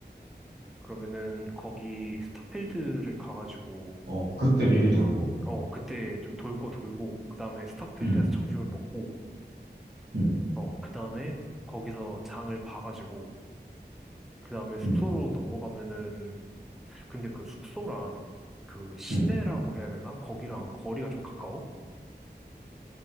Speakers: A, in the centre; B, on the right.
A: 그러면은 거기 스타필드를 가가지고
B: 어, 그때 미리 돌고.
A: 어 그때 좀 돌고 돌고 그 다음에 스타필드에서
B: 응.
A: 점심을 먹고
B: 응.
A: 어 그 다음에 거기서 장을 봐가지고 그 다음에 숙소로
B: 응.
A: 넘어가면은 근데 그 숙소랑 그 시내라고
B: 응.
A: 해야 되나? 거기랑 거리가 좀 가까워?